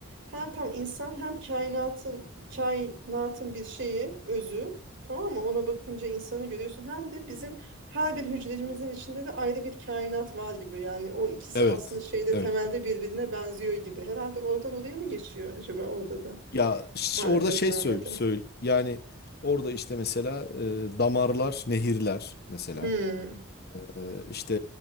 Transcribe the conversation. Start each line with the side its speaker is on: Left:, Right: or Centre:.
Right: Hem tam insan hem kainatın kainatın bir şeyi özü tamam mı? Ona bakınca insanı görüyorsun. Hem de bizim her bir hücrecimizin içinde de ayrı bir kainat var gibi. Yani o ikisi
Left: evet
Right: aslında şeyde
Left: evet.
Right: temelde birbirine benziyor gibi. Herhalde oradan oraya mı geçiyor acaba orada da?
Left: Ya ş-
Right: Marifetname'de.
Left: orada şey söyle, söyle yani orada işte mesela e, damarlar, nehirler mesela.
Right: Hmm.
Left: Ee, işte